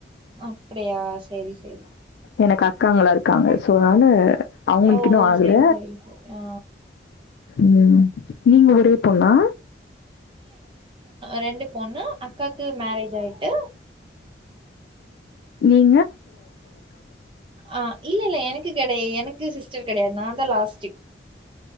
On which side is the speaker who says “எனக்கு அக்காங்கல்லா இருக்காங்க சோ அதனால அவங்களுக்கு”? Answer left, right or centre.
Left